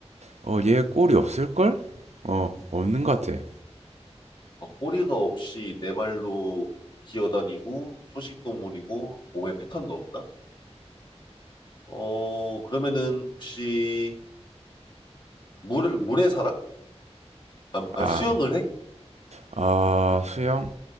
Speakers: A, on the right; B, on the left.
A: 어, 얘 꼬리 없을걸? 어, 없는 것 같아.
B: 어, 꼬리가 없이 네 발로 기어다니고 초식 동물이고 몸에 패턴도 없다? 어, 그러면은 혹시 물, 물에 살아? 아, 아,
A: 아,
B: 수영을 해?
A: 아, 수영?